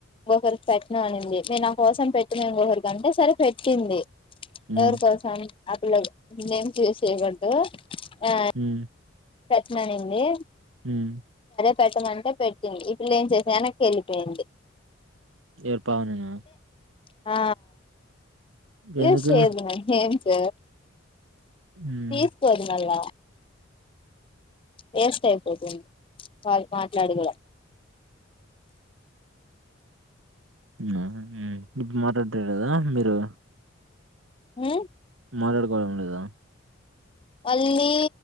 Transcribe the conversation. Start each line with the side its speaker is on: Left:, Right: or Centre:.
Left: ఒకరికి పెట్ను అనింది మె నా కోసం పెట్టినా ఇంగ ఒకరికంటే సరే పెట్టింది
Right: హ్మ్.
Left: ఎవరి కోసం అ పిల్ల నేమ్స్ యూస్ చేయకూడదు ఆ
Right: హ్మ్.
Left: పెట్ననింది
Right: హ్మ్
Left: పెట్టమంటే పెట్టింది ఈ పిల్ల ఏం చేసి ఎనక్కి ఎళ్ళిపోయింది
Right: ఎవరు పావని నా
Left: ఆ యూస్
Right: ఎందుకు?
Left: చేయొద్దు నేమ్స్
Right: హ్మ్.
Left: తీసుకోదు మల్ల వేస్ట్ అయిపోతుంది కాల్ మాట్లాడి కూడా
Right: మ్మ్ ఇప్పుడు మాట్లాడడం లేదా అందరూ
Left: మ్మ్
Right: మాట్లాడుకోవాడం లేదా
Left: మళ్ళీ